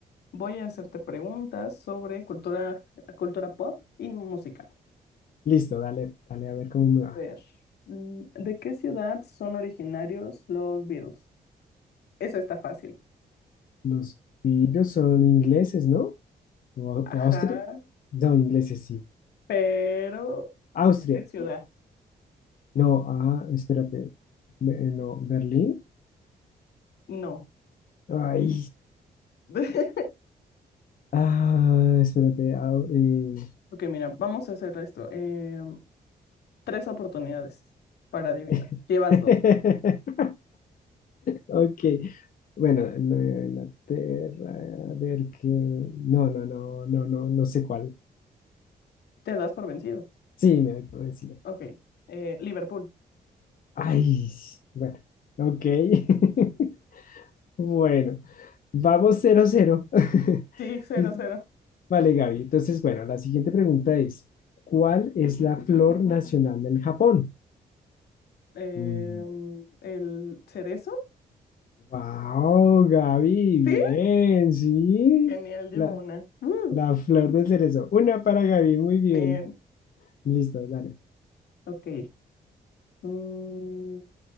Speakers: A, on the left (about 80°); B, on the left (about 55°).
A: Voy a hacerte preguntas sobre cultura, cultura pop y música.
B: Listo, dale, dale, a ver cómo me va.
A: A ver, mm, ¿de qué ciudad son originarios los Beatles? Eso está fácil.
B: Los piros son ingleses, ¿no? ¿O, o
A: Ajá,
B: Austria? No, ingleses, sí.
A: pero
B: Austria.
A: ¿qué ciudad?
B: No, ah, espérate. Be- no, Berlín.
A: No.
B: Ay,
A: <laughs>
B: Ah, espérate. ah, eh.
A: Ok, mira, vamos a hacer esto. em, tres oportunidades para adivinar.
B: <laughs>
A: Llevas dos.
B: Ok. Bueno, Nueva Inglaterra. A ver qué. No, no, no, no, no, no sé cuál.
A: Te das por vencido.
B: Sí, me voy por encima.
A: Ok. eh, Liverpool.
B: Ay, bueno. Ok. <laughs> Bueno, vamos cero cero. <laughs>
A: Sí, cero,
B: Liz-
A: cero.
B: Vale, Gaby. Entonces, bueno, la siguiente pregunta es: ¿Cuál es la flor nacional del Japón?
A: Em,
B: Uy.
A: ¿el cerezo?
B: Wow, Gaby, bien,
A: Sí.
B: sí.
A: Genial, llevo
B: La,
A: una. Uh,
B: La flor de cerezo. Una para Gaby, muy bien.
A: bien.
B: Listo, dale.
A: Ok. Mm,